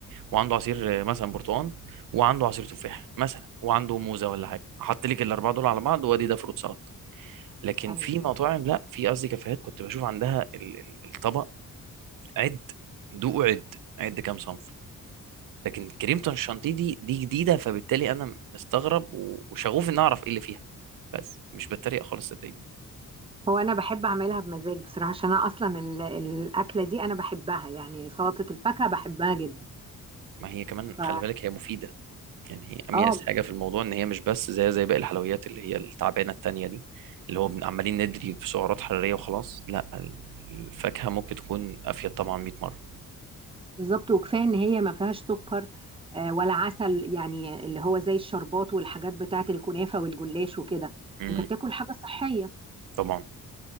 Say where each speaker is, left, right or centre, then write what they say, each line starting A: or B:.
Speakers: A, on the right; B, on the right.
A: وعنده عصير آه، مثلا برتقال وعنده عصير تفاح مثلا وعنده موزه ولا حاجه احط لك الاربعه دول على بعض وادي ده فروت سلطه لكن
B: ايوه
A: في مطاعم لا في قصدي كافيهات كنت بشوف عندها ال- ال- الطبق عد دوق عد عد كام صنف لكن كريمة الشانتيه دي دي جديده فبالتالي انا مستغرب و- وشغوف ان اعرف ايه اللي فيها بس مش بتريق خالص صدقني
B: هو انا بحب اعملها بمزاج بصراحه عشان انا اصلا ال- الاكله دي انا بحبها يعني سلطه الفاكهه بحبها جدا
A: ما هي كمان
B: ف
A: خلي بالك هي مفيده يعني هي اميز
B: اه
A: حاجه في الموضوع ان هي مش بس زي زي باقي الحلويات اللي هي التعبانه التانية دي اللي هو بن- عمالين ندري في سعرات حراريه وخلاص لا ال- الفاكهه ممكن تكون افيد طبعا 100 مره
B: بالظبط وكفايه ان هي ما فيهاش سكر آه، ولا عسل يعني اللي هو زي الشربات والحاجات بتاعه الكنافه والجلاش وكده
A: امم
B: انت بتاكل حاجه صحيه
A: طبعا